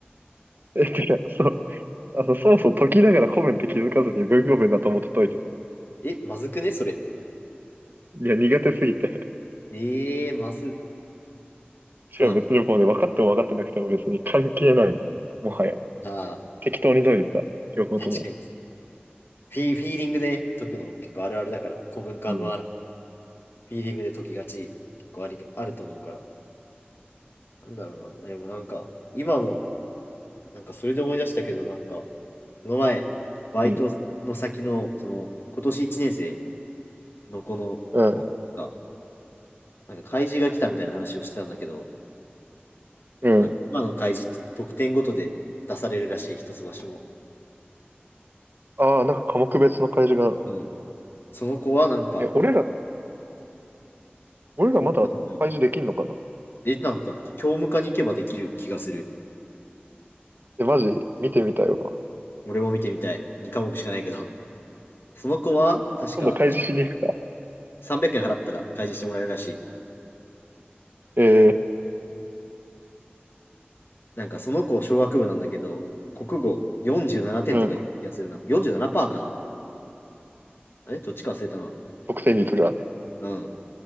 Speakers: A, on the right; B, on the left.
A: え、てか、そう、あの、そもそも解きながら古文って気づかずに文語文だと思って解いてた。
B: え、まずくね、それ。
A: いや、苦手すぎて。
B: ええまず。
A: しかも別にもうね、
B: まあ、なんか
A: 分かっても分かってなくても別に関係ないもん。もはや。
B: あ
A: 適当に解いてた。両方とも。
B: ー、確かにそう。フィ、フィーリングで解くの結構あるあるだから、古文漢文ある。
A: うん。
B: フィーリングで解きがち、結構あり、あると思うから。なんだろうな。でもなんか、今の、なんかそれで思い出したけど、なんか、この前、バイトの先の、
A: うん。
B: その、今年1年生の子の子が、
A: うん。
B: なんか開示が来たみたいな話をしてたんだけど、
A: うん。
B: なんか今の開示って得点ごとで出されるらしい、一橋も。
A: ああ、なんか科目別の開示が。
B: うんその子はなんか、
A: え、俺ら、俺らまだ開示できんのかな
B: 俺なんかえ、なんか、教務課に行けばできる気がする。
A: え、マジ見てみたいわ。
B: 俺も見てみたい。2科目しかないけど。<laughs> その子は、確か、
A: 今度開示しに行くか。
B: 300円払ったら開示してもらえるらしい。
A: えー、
B: なんか、その子、小学部なんだけど、国語47点とかやつるな。
A: うん。
B: 47%かなあれどっちか忘れたな。
A: 得点率が。
B: うん。